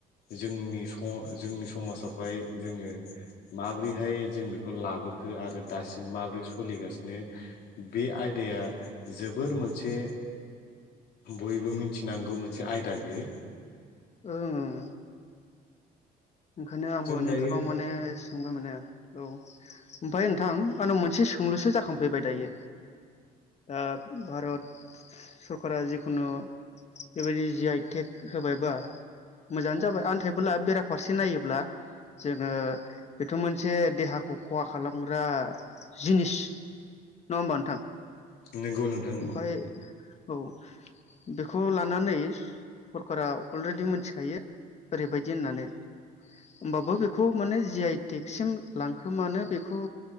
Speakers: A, on the left (about 70°); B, on the left (about 40°).
A: जोंनि स जोंनि समाजावहाय जोङो माबोरैहाय जों बेखौ ला लाबोखो आरो दासिम माब्रै सोलिगासिनो बे आयदाया जोबोर मोनसे बयबो मिथिनांगौ मोनसे आयदा बेयो
B: ओं ओं ओंखायनो आंबो
A: जों
B: नोंथांनाव
A: दायो
B: माने सोंबाय माने औ ओमफाय नोंथां आंनाव मोनसे सों लुसो जाखांफैबाय दायो आ भारत सरकारा जिखुनु बेबायदि जि आइ टेक होबायबा मोजाङानो जाबाय आन्थायइबोला बेरा फारसे नायोब्ला जोङो बेथ मोनसे देहाखौ खहा खालामग्रा जिनिस नङा होमबा नोंथां?
A: नंगौ नोंथां नंगौ
B: ओमफाय औ बेखौ लानानै सरकारा अलरेडि मोनथिखायो ओरैबायदि होननानै होमबाबो बेखौ माने जि आइ टेक सिम लांखोमानो बेखौ